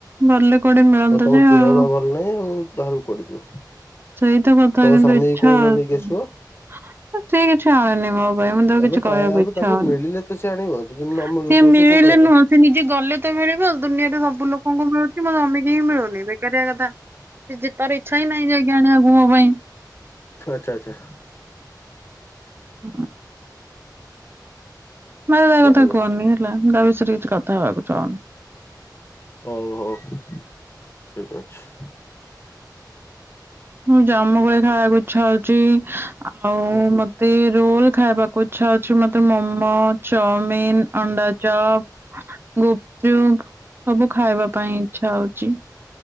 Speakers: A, on the right (about 30°); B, on the left (about 35°).
A: ଭଲ କୁଆଡେ ମିଳନ୍ତା
B: ଆଉ ତମ
A: ଯେ
B: ଦେହ
A: ଆଉ।
B: ବା ଭଲ ନାଇଁ ବାହାରକୁ କୁଆଡେ ଯିବ।
A: ସେଇ ତ କଥା
B: ତମ
A: କିନ୍ତୁ
B: ସ୍ଵାମୀ
A: ଇଚ୍ଛା
B: କି କହୁନ
A: <unintelligible>
B: ନେଇକି ଆସିବ
A: କିଛି କହିବାକୁ
B: ଏବେ ତା ଏବେ
A: ଇଚ୍ଛା
B: ତାକୁ
A: ହଉନି
B: ମିଳିଲେ ତ ସେ ଆଣିବ ଯଦି ନ
A: ସିଏ
B: ମିଳୁଥିବ
A: ମିଳିଲେ
B: ସେ କୋଉଠୁ ଆଣିବ।
A: ନୁହଁ ସେ ନିଜେ ଗଲେ ମତେ ମିଳିବ ଆଉ ଦୁନିଆରେ ସବୁ ଲୋକଙ୍କୁ ମିଳୁଛି ମ ସ୍ୱାମୀଙ୍କି ହିଁ ମିଳୁନି ବେକାରିଆ କଥା। ଇଜି ତାରେ ଇଛା ହିଁ ନାହିଁ। ଯାଇକି <unintelligible> ପାଇଁ।
B: ଆଛା, ଆଛା।
A: ହଁ। ମତେ ତା
B: ହଉ
A: କଥା କୁହନି ହେଲା। ତା ବିଷୟରେ କିଛି କଥା ହବାକୁ ଚାହୁନି।
B: ହୋଉ ହୋଉ ଠିକ୍ ଅଛି।
A: ମୁଁ ଜାମୁ କୋଳି ଖାଇବାକୁ ଇଛା ହେଉଛି। ଆଉ
B: ହୁଁ ହୁଁ
A: ମତେ ଏମିତି ରୋଲ୍ ଖାଇବାକୁ ଇଚ୍ଛା ଅଛି ମତେ ମମୋ ଚାଉମିନ୍, ଅଣ୍ଡା ଚପ୍ ଗୁପ୍ ଚୁପ୍ ସବୁ ଖାଇବା ପାଇଁ ଇଛା ହଉଚି।